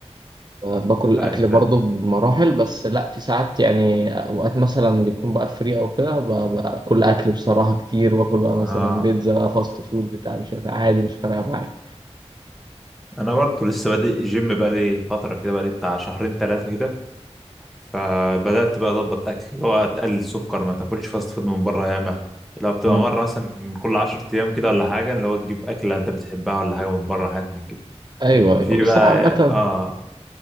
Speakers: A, on the right; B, in the centre.
A: آه، باكل الاكل
B: فاهم فاهم
A: برضه بمراحل بس لا في ساعات يعني اوقات مثلا بيكون بقى فري او كده ب- باكل اكل بصراحه كتير واكل بقى
B: اه
A: مثلا بيتزا بقى فاست فود بتاع مش عارف إيه، عادي مش فارقه معايا
B: انا برضه لسه بادئ الجيم بقالي فتره كده بقالي بتاع شهرين ثلاثه كده فبدات بقى اظبط اكل اللي هو تقلل سكر ما تاكلش فاست فود من بره ياما لو بتبقى
A: م-
B: مره مثلا كل 10 ايام كده ولا حاجه اللي هو تجيب اكله انت بتحبها ولا حاجه من بره حاجات من كده
A: ايوه ايوه
B: في
A: بس
B: بقى
A: انا عامه
B: اه